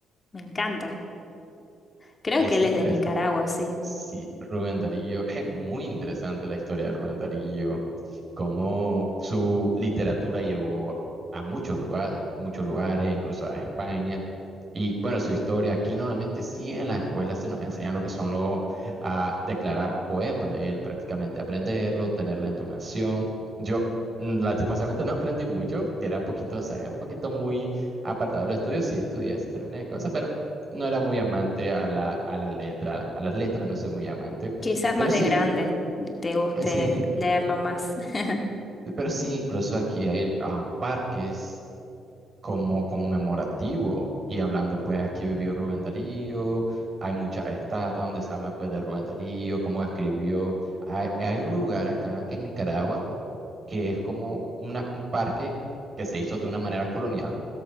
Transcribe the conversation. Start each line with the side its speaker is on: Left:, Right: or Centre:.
Left: me encanta. Creo
Right: Es
Left: que él
Right: interesante.
Left: es de Nicaragua, sí.
Right: Sí, Rubén Darío, <laughs> es muy interesante la historia de Rubén Darío. cómo su literatura llevó a muchos lugares, muchos lugares, incluso a España. Y bueno, su historia, aquí normalmente sí en la escuela se nos enseñan lo que son los, a declarar poemas de él, prácticamente aprenderlo, tener la entonación. Yo mm, lastimosamente no aprendí mucho, que era un poquito, o sea, un poquito muy apartado del estudio, sí estudié, sí terminé cosas, pero no era muy amante a la, a la letra, a las letras no soy muy amante,
Left: Quizás
Right: pero
Left: más
Right: sí,
Left: de grande te guste
Right: <laughs> sí.
Left: leerlo más. <laughs>
Right: Pero sí, incluso aquí hay ah, parques como conmemorativo. Y hablando, pues aquí vivió Rubén Darío, hay muchas estatuas donde se habla pues de Rubén Darío, cómo escribió. Hay, hay un lugar acá que en Nicaragua que es como una- un parque que se hizo de una manera colonial